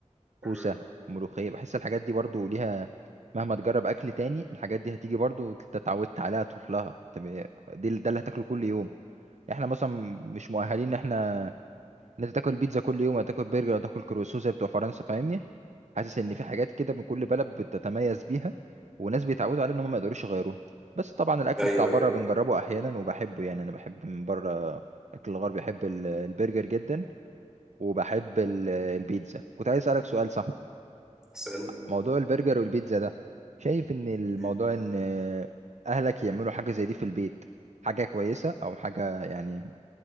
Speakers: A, on the right; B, in the centre.
A: كوسة
B: مم.
A: ملوخية بحس الحاجات دي برضو ليها مهما تجرب أكل تاني الحاجات دي هتيجي برضو انت اتعودت عليها تروح لها طب دي ده اللي هتاكله كل يوم يعني احنا مثلا مش مؤهلين ان احنا ان انت تاكل بيتزا كل يوم هتاكل برجر هتاكل كروسو زي بتوع فرنسا فاهمني حاسس ان في حاجات كده من كل بلد بتتميز بيها وناس بيتعودوا عليها ان هم ما يقدروش يغيروها بس طبعا الاكل
B: ايوه
A: بتاع بره
B: ايوه
A: بنجربه احيانا وبحبه يعني انا بحب من بره الاكل الغربي بحب ال- البرجر جدا وبحب ال- البيتزا كنت عايز اسالك سؤال صح
B: اسال
A: موضوع البرجر والبيتزا ده شايف ان الموضوع
B: مم.
A: ان اهلك يعملوا حاجه زي دي في البيت حاجه كويسه او حاجه يعني